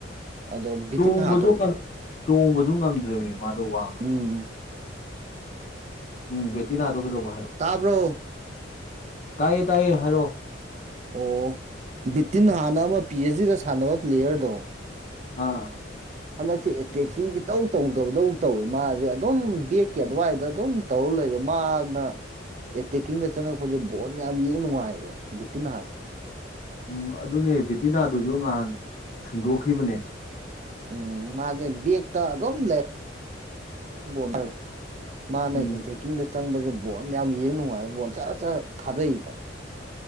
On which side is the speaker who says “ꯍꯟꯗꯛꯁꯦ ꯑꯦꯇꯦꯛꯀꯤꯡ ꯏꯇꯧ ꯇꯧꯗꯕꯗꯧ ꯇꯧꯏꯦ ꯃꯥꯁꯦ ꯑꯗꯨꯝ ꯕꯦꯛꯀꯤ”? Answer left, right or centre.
Right